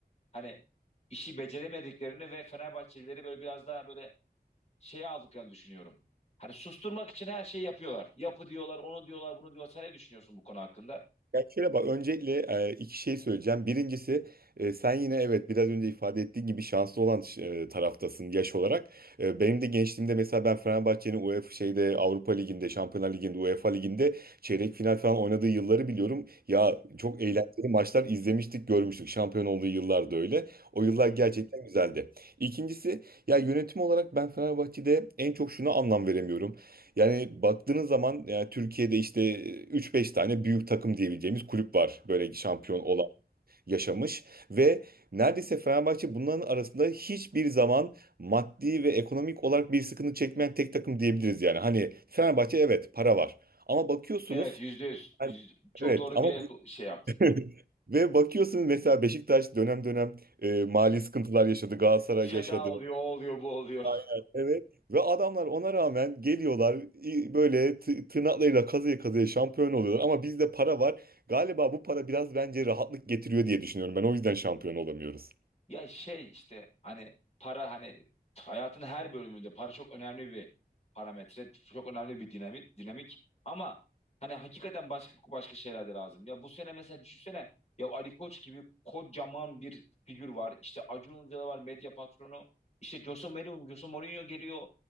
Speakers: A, on the left; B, on the right.
A: hani işi beceremediklerini ve Fenerbahçelileri böyle biraz daha böyle şeye aldıklarını düşünüyorum. Hani susturmak için her şeyi yapıyorlar. Yapı diyorlar, onu diyorlar, bunu diyorlar. Sen ne düşünüyorsun bu konu hakkında?
B: Ya şöyle bak öncelikle e, iki şey söyleyeceğim. Birincisi e, sen yine evet biraz önce ifade ettiğin gibi şanslı olan e, taraftasın yaş olarak. E, benim de gençliğimde mesela ben Fenerbahçe'nin UEFA şeyde Avrupa Ligi'nde, Şampiyonlar Ligi'nde, UEFA Ligi'nde çeyrek final falan oynadığı yılları biliyorum. Ya çok eğlenceli maçlar izlemiştik, görmüştük. Şampiyon olduğu yıllar da öyle. O yıllar
A: <laughs>
B: gerçekten güzeldi. İkincisi ya yönetim olarak ben Fenerbahçe'de en çok şuna anlam veremiyorum. Yani baktığınız zaman yani Türkiye'de işte e, üç beş tane büyük takım diyebileceğimiz kulüp var. Böyle şampiyon olan yaşamış ve neredeyse Fenerbahçe bunların arasında hiçbir zaman maddi ve ekonomik olarak bir sıkıntı çekmeyen tek takım diyebiliriz yani. Hani Fenerbahçe evet para var ama bakıyorsunuz
A: Evet, yüzde yüz.
B: yani
A: Yüz- Çok
B: evet
A: doğru
B: ama
A: bir şey yaptın.
B: <laughs> ve bakıyorsunuz mesela Beşiktaş dönem dönem e, mali sıkıntılar yaşadı, Galatasaray
A: Feda
B: yaşadı.
A: oluyor, o oluyor, bu oluyor.
B: Aynen. Evet. Ve adamlar ona rağmen geliyorlar i- böyle tı- tırnaklarıyla kazıya kazıya şampiyon oluyorlar. Ama bizde para var. Galiba bu para biraz bence rahatlık getiriyor diye düşünüyorum. Ben o yüzden şampiyon olamıyoruz.
A: Ya şey işte hani para hani hayatın her bölümünde para çok önemli bir parametre, çok önemli bir dinamik, dinamik. Ama hani hakikaten başka başka şeyler de lazım. Ya bu sene mesela düşünsene ya Ali Koç gibi kocaman bir figür var. İşte Acun Ilıcalı var medya patronu. İşte Jose Mourinho, Jose Mourinho geliyor.